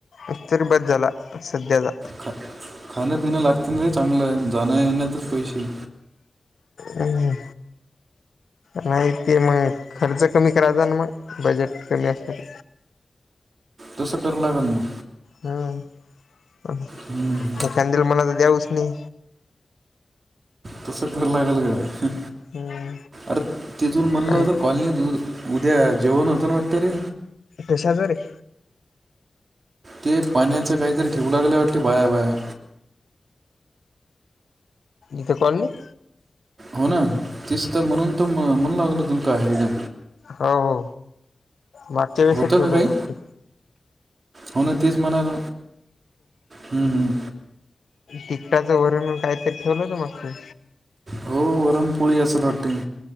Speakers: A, on the left (about 80°); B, on the right (about 70°).
A: अस्तिरबद झाला सध्याचा.
B: खा खाण पिणं लागतील रे चांगलं आहे जाणं येण्यातच पैसे.
A: हम्म. नाही ते मग खर्च कमी करायचा ना मग बजेट कमी असत.
B: तसं करू लाग मग.
A: हम्म पण
B: हम्म,
A: एखन दिलं मला तर द्या उसने
B: तस खरां लागेल गड ह
A: हम्म
B: अरे तिथून म्हणलं
A: आणि
B: कॉलनीत. उद्या जेवण होतं ना वाटतंय रे.
A: कशाच रे?
B: ते पाण्याचं काहीतरी ठेवू लागले वाटत बाया बाया.
A: इथं कॉलनीत.
B: हो ना तिस तर म्हणून तो म म्हणू लागल तुलका आहे एकदम.
A: हो हो मागच्या वेळेस
B: होतं
A: ठेवलं
B: का काही
A: अस वाटे.
B: हो ना तेच म्हणाला हम्म हम्म.
A: तिकटाचं वरण काहीतरी ठेवलं होत मागते.
B: हो वरमपोळी असंल हॉटिंग.